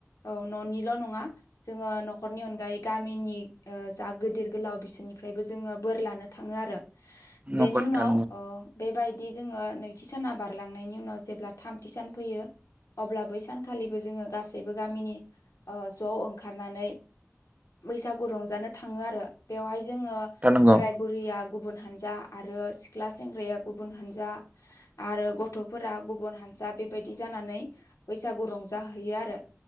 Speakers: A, on the left; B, on the right.
A: औ न'निल' नङा जोङो न'खरनि अनगायै गामिनि जा गोदोर गोलाव बिसोरनि ओमफ्रायबो जोङो बोर लानो थाङो आरो।
B: नंगौ
A: बेनि
B: नोंथां
A: उनाव ओ बेबायदि जोङो नैथि साना बारलांनायनि उनाव जेब्ला थामथि सान फैयो अब्ला बै सानखालिबो जोङो गासैबो गामिनि ओ ज' ओंखारनानै बैसागु रंजानो थाङो आरो बेवहाय जोङो
B: नंगौ
A: बोराइ बुरैया गुबुन हान्जा आरो सिख्ला सेंग्राया गुबुन हान्जा आरो गथ'फोरा गुबन हान जा बेबायदि जानानै बैसागु रंजाहैयो आरो।